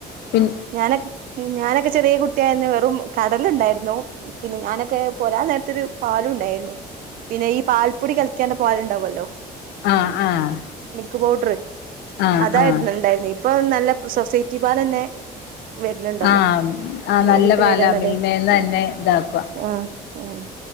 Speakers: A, on the left; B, on the right.
A: പിൻ
B: ഞാനൊക്കെ ഞാനൊക്കെ ചെറിയ കുട്ടിയായിരുന്നു വെറും കടലുണ്ടായിരുന്നു. പിന്നെ ഞാനൊക്കെ പോരാൻ നേരത്തൊരു പാലും ഉണ്ടായിരുന്നു പിന്നെ ഈ പാൽപ്പൊടി കല്ക്കികാണ്ട് പാൽ ഉണ്ടാവുല്ലോ
A: ആഹ് ആഹ്
B: മിൽക്ക് പൗഡർ
A: ആഹ്
B: അതായിരുന്നു
A: ആഹ്
B: ഇണ്ടായിരുന്നു ഇപ്പൊ നല്ല സൊസൈറ്റി പാല് തന്നെ പിന്നെ ഇണ്ടല്ലോ
A: ആഹ് ആഹ്
B: നേരിട്ട്
A: നല്ല പാലാ
B: വരാണല്ലോ
A: മിൽമേന്ന് തന്നെ
B: ആഹ്
A: ഇതാക്കുവാ
B: ആഹ് ഉം